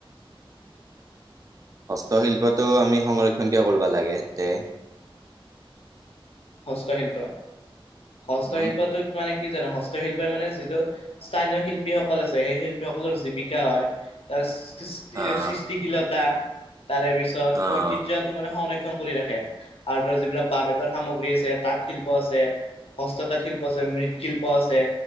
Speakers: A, on the right (about 35°); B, on the left (about 80°).
A: হস্তশিল্পটো আমি সংৰক্ষন কিয় কৰিব লাগে ইয়াতে
B: হস্তশিল্প হস্তশিল্পটো
A: উম
B: মানে কি জানা হস্তশিল্পই মানে যিটো স্থানীয় শিল্পীসকল আছে সেই শিল্পীসকলৰ জীৱিকা হয় তাৰ সৃ সৃষ্টি
A: আহ
B: সৃষ্টিশীলতা তাৰে পিছত
A: আহ
B: ঐতিহ্যত মানে সংৰক্ষণ কৰি ৰাখে আৰু ধৰ যিবিলাক বাঁহ বেতৰ সামগ্ৰী আছে তাঁত শিল্প আছে হস্ততাঁত শিল্প আছে মৃদ শিল্প আছে